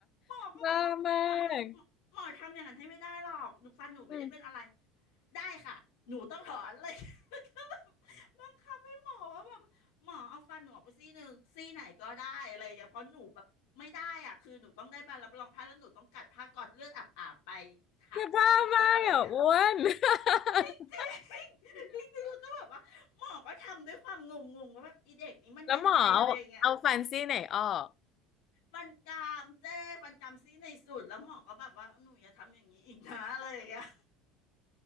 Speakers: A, on the left (about 80°); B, on the left (about 35°).
A: หมอก็บอกว่าหมอทำหมอหมอทำอย่างนั้นให้ไม่ได้หรอกหนูฟันหนูไม่ได้เป็นอะไร
B: บ้ามากอืม
A: ได้ค่ะหนูต้องถอนเลย <laughs> ก็แบบบังคับให้หมอว่าแบบหมอเอาฟันหนูออกไปซี่หนึ่งซี่ไหนก็ได้อะไรอย่างเงี้ยเพราะหนูแบบไม่ได้อ่ะคือหนูต้องได้ใบรับรองแพทย์แล้วหนูต้องกัดผ้ากอดเลือดอาบๆไปหาที่ครูเซ็นเตอร์อะไรอย่างเงี้ย
B: แกบ้ามากอ่ะอ้วน <laughs>
A: จริงจริงจริงจริงๆแล้วก็แบบว่าหมอก็ทำด้วยความงงงว่าแบบอีเด็กนี้มันยังไงอะไรอย่างเงี้ย
B: แล้วหมอเอาเอาฟันซี่ไหนออก
A: ฟันกรามเจ้ฟันกรามซี่ในสุดแล้วหมอก็แบบว่าหนูอย่าทำอย่างนี้อีกนะอะไรอย่างเงี้ย